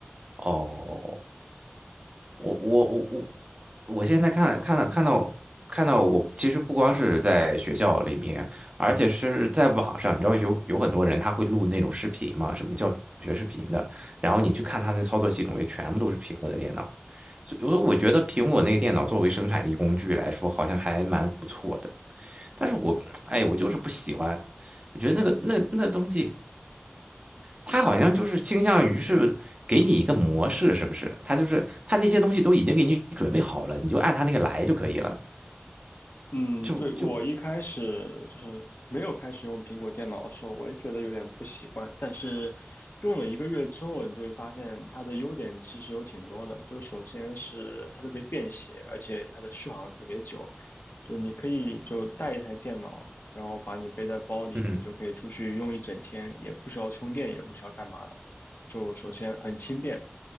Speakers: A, on the right (about 30°); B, on the left (about 55°).
A: 哦。我我我我我现在看看到看到看到我，其实不光是在学校里面，而且是在网上，你知道有有很多人他会录那种视频嘛，什么教学视频的，然后你去看他那操作系统，也全部都是苹果的电脑，所以我我觉得苹果那个电脑作为生产力工具来说，好像还蛮不错的，但是我哎，我就是不喜欢，我觉得那个那那东西。他好像就是倾向于是给你一个模式，是不是？他就是他那些东西都已经给你准备好了，你就按他那个来就可以了，
B: 嗯，
A: 就就不
B: 对，我一开始就是没有开始用苹果电脑的时候，我也觉得有点不习惯。但是用了一个月之后，你就会发现它的优点其实有挺多的。就首先是它特别便携，而且它的续航特别久。就你可以就带一台电脑，然后把你背在包里，
A: 嗯
B: 你就可以出去用一整天，也不需要充电，也不需要干嘛的。就首先很轻便，